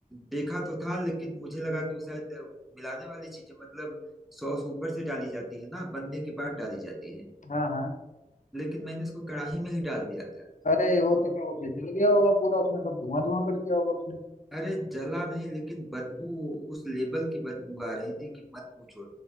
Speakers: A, in the centre; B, on the left (about 60°).
A: देखा तो था लेकिन मुझे लगा कि वो शायद अ, मिलाने वाली चीजें मतलब सॉस ऊपर से डाली जाती है ना बनने के बाद डाली जाती है
B: हाँ हाँ
A: लेकिन मैंने इसको कढ़ाई में ही डाल दिया था
B: अरे वो तो फिर वो जल जल गया होगा पूरा उसमें सब धुआं धुआं कर दिया होगा उसने
A: अरे जला नहीं लेकिन बदबू उस लेबल की बदबू आ रही थी कि मत पूछो